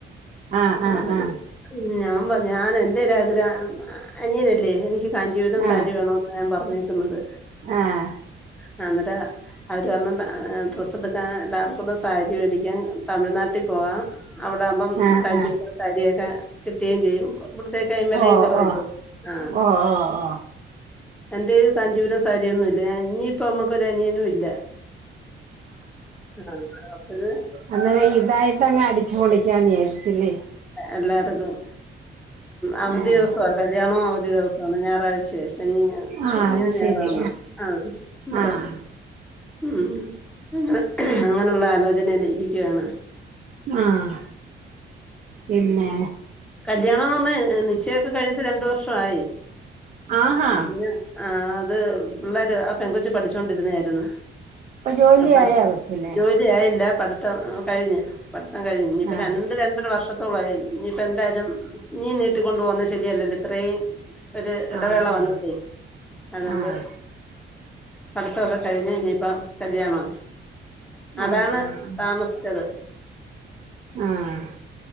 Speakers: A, on the right; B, in the centre.
A: ആഹ്
B: അനേരം
A: ആഹ് ആഹ്
B: ഉം ഞാ പ ഞാനെ എന്റൊരു ആഗ്രഹം അനിയനല്ലേ എനി ക്ക് കാഞ്ചീപുരം
A: ആഹ്
B: സാരി വേണോന്നാ ഞാൻ പറഞ്ഞേക്കുന്നത്
A: ആഹ്
B: ആ എന്ന്ട്ടാ അവര് പറഞ്ഞു താ ഡ്രസ്സെടുക്കാ എല്ലാർക്കുടെ സാരി വേടിക്കാം തമിഴ്നാട്ടി പോവാം അവിടാവുംമ്പം
A: ആഹ്
B: കാഞ്ചിപുരം
A: ആഹ്
B: സാരിയൊക്കെ കിട്ടേം ചെയ്യും ഇവിടത്തേ ട്ടേം വെലയും
A: ഓ
B: കൊറവല്ലേ?
A: ഓ
B: ആഹ്
A: ഓ ഓ ഓ
B: എന്റെല് കാഞ്ചീപുരം സാരിയൊന്നുവില്ല ഇഞ്ഞിപ്പൊ അമ്മക്കൊരു അനിയനും ഇല്ല ആഹ് അപ്പയ്
A: അന്നേരം ഇതായിട്ടങ്ങ് അടിച്ചു പൊളിക്കാന്ന് വിയാരിച്ചില്ലേ?
B: എല്ലാര്തും അവധി
A: ആഹ്
B: ദിവസാ കല്യാണം അവധി ദിവസാണ് ഞായറാഴ്ചയാ ശനി ഞായ
A: ആഹ്
B: ശനിയോ,
A: അത്
B: ഞായാറോ
A: ശരി
B: ആണ് ആഹ് അന്നരം
A: ആഹ്
B: ഉം അങ്ങനെ അങ്ങനെള്ള ആലോചനേല് ഇരിക്കാണ്
A: ആഹ് പിന്നെ
B: കല്യാണംന്ന് പർഞ്ഞാ നിശ്ചയൊക്കെ കഴിഞ്ഞിട്ട് രണ്ട് വർഷായി
A: ആഹാ
B: പിന്നെ ആ അത് പിള്ളേര് ആ പെങ്കൊച്ച് പഠിച്ചോണ്ടിരുന്നേയായിരുന്നു
A: ഇപ്പൊ ജോലിയായ
B: ആ പഠിത്തം
A: കൊച്ചിന്
B: ജോലിയായില്ല പഠിത്തം കഴിഞ്ഞ് പഠിത്തം കഴിഞ്ഞു ഞിപ്പൊ
A: ആഹ്
B: രണ്ട് രണ്ടര വർഷത്തോളായി ഇനി- പ്പ എന്തായാലും ഇനീ നീട്ടിക്കൊണ്ട് പോനത് ശരിയല്ലല്ലോ ഇത്രയും ഒരു ഇടവേള
A: ആഹ് ആഹ്
B: വന്ന്ട്ട് അതോണ്ട്
A: ആഹ്
B: പട്ത്തൊക്കെ കഴിഞ്ഞ് ഇനിയിപ്പ കല്യാണാണ് അതാണ്
A: ആഹ് ആഹ്
B: താമസിച്ചത്
A: ആഹ്